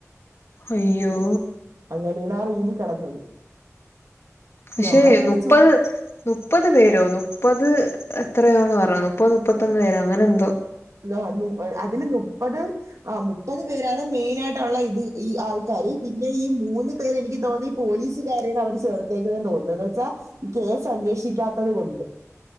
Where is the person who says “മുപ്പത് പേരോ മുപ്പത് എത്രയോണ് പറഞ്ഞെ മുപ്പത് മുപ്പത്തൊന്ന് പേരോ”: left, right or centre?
Left